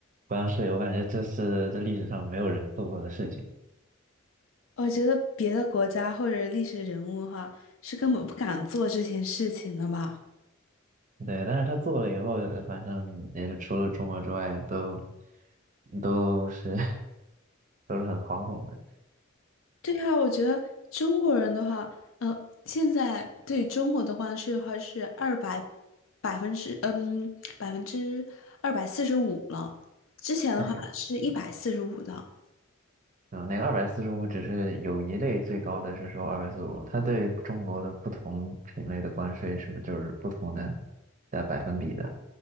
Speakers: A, on the right; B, on the left.
A: 关税，我感觉这是这历史上没有人做过的事情。
B: 我觉得别的国家或者历史人物的话，是根本不敢做这件事情的吧？
A: 对，但是他做了以后，反正也是除了中国之外，都都是 <laughs> 都是很惶恐的。
B: 对啊，我觉得中国人的话，呃，现在对中国的关税的话是二百百分之嗯百分之二百四十五了，之前的话是一百四十五的。
A: 那个，嗯，那个二百四十五只是有一类最高的是说二百四十五，它对中国的不同品类的关税是不是就是不同的在百分比的？